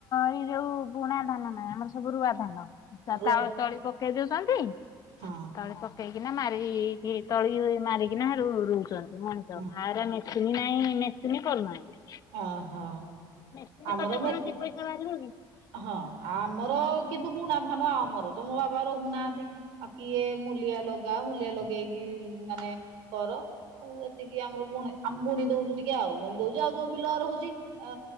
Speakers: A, on the left (about 45°); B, on the right (about 75°).
A: ଏଇ ଯୋଉ ବୁଣା ଧାନ ନାହିଁ ଆମର ସବୁ ରୁଆ ଧାନ। ତା
B: ରୁଆ
A: ତାଳ ତଳି ପକେଇ ଦଉଛନ୍ତି।
B: ହଁ
A: ତଳେ ପକେଇକି- କି ନା ମାରି କି ତଳି ମାରିକିନା। କରୁଛନ୍ତି ମଣିଷ।
B: ହଁ
A: ଗାଁରେ ମେସିନି ନାହିଁ। ମେସିନି କରୁନାହାନ୍ତି।
B: ଓହୋ
A: ମେସିନ୍
B: ଆମର
A: କଲେ କଣ
B: ପାଇଁ।
A: <unintelligible>
B: ହଁ ଆମର କିନ୍ତୁ ବୁଣା ଧାନ ଆମର ତ ମୋ ବାବା ରହୁନାହାନ୍ତି ଆଉ କିଏ ମୂଲିଆ ଲଗା ମୂଲିଆ ଲଗେଇକି ମାନେ କର। ଆଉ ଏତିକି ଆମର ବୁଣି ଆମେ ବୁଣି ଦଉଚୁ ଟିକେ ଆଉ ବୁଣି ଦଉଚୁ ଆଉ ଯୋଉ ବିଲ ରହୁଚି ଅ